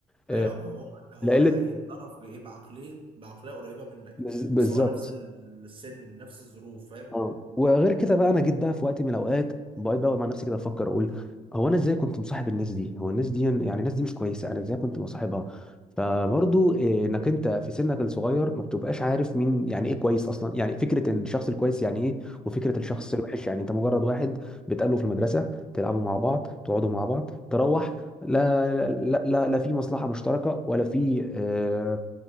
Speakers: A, in the centre; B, on the right.
A: آه،
B: ايوه ما هو هو
A: لقله
B: هيتصرف بايه بعقليه بعقليه قريبه منك
A: بز- بالظبط
B: اصل هو نفس السن نفس الظروف فاهم
A: اه وغير كده بقى انا جيت بقى في وقت من الاوقات بقعد بقى مع نفسي كده افكر اقول هو انا ازاي كنت مصاحب الناس دي هو الناس دي يعني يعني الناس دي مش كويسه انا ازاي كنت مصاحبها فبرضو إيه، انك انت في سنك الصغير ما بتبقاش عارف مين يعني ايه كويس اصلا يعني فكره ان الشخص الكويس يعني ايه وفكره الشخص
B: مم.
A: الوحش يعني انت مجرد واحد بتقابله في المدرسه تلعبوا مع بعض تقعدوا مع بعض تروح لا
B: مم.
A: لا لا, لا في مصلحه مشتركه ولا في آه،